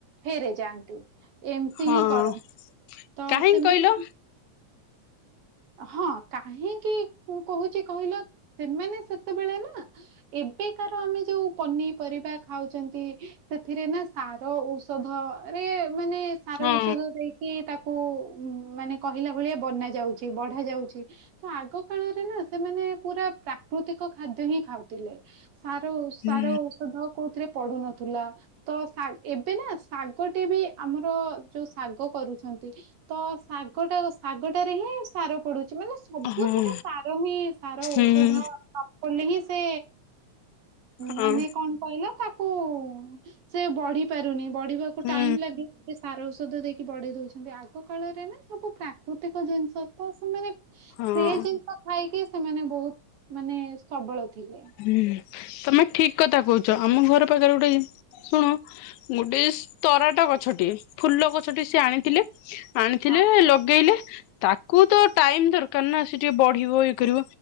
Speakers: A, on the right; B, on the left.
A: ଫେରେ ଯାଆନ୍ତି ଏମତି
B: ହଁ
A: ହିଁ କରନ୍ତି ତ
B: କାହିଁ
A: ସେମାନେ
B: କହିଲ
A: ହଁ କାହିଁକି କହୁଛି କହିଲ ସେମାନେ ସେତେବେଳେ ନା ଏବେକାର ଆମେ ଯୋଉ ପନିପରିବା ଖାଉଛନ୍ତି ସେଥିରେ ନା ସାର ଔଷଧ ରେ ମାନେ ସାର
B: ହଁ
A: ଔଷଧ ଦେଇକି ତାକୁ ମାନେ କହିଲା ଭଳିଆ ବନା ଯାଉଛି ବଢା ଯାଉଛି ତ ଆଗ କାଳରେ ନା ସେମାନେ ପୁରା ପ୍ରାକୃତିକ ଖାଦ୍ୟ ହିଁ ଖାଉଥିଲେ। ସାର
B: ହୁଁ
A: ସାର ଔଷଧ କୋଉଥିରେ ପଡୁନଥିଲା ତ ଏବେ ନା ଶାଗଟି ବି ଆମର ଯୋଉ ଶାଗ କରୁଛନ୍ତି। ତ ଶାଗଟା ଶାଗଟାରେ ହିଁ ସାର ପଡୁଛି ମାନେ ସବୁଥିରେ
B: ହଁ
A: ସାର ହିଁ ସାର
B: ହୁଁ
A: ଔଷଧ ନ କଲେ ହିଁ ସେ
B: ହଁ
A: ମାନେ କଣ କହିଲ ତା କୁ ସେ ବଢି ପାରୁନି ବଢିବାକୁ
B: ହୁଁ
A: ଟାଇମ ଲାଗିଲେ ସାର ଔଷଧ ଦେଇକି ବଢେଇ ଦଉଛନ୍ତି ଆଗ କାଳରେ ନା ସବୁ ପ୍ରାକୃତିକ ଜିନିଷ ତ ସେମାନେ
B: ହଁ
A: ସେ ଜିନିଷ ଖାଇକି ସେମାନେ ବହୁତ ମାନେ ସବଳ ଥିଲେ।
B: ହୁଁ ତମେ ଠିକ କଥା କହୁଛ ଆମ ଘର ପାଖରେ ଗୁଟେ ଶୁଣ ଗୋଟେ ତରାଟ ଗଛଟିଏ ଫୁଲ ଗଛଟି ସେ ଆଣିଥିଲେ ଆଣିଥିଲେ
A: ହଁ
B: ଲଗେଇଲେ। ତାକୁ ତ ଟାଇମ ଦରକାର ନା ସେ ଟିକେ ବଢିବ ଇଏ କରିବ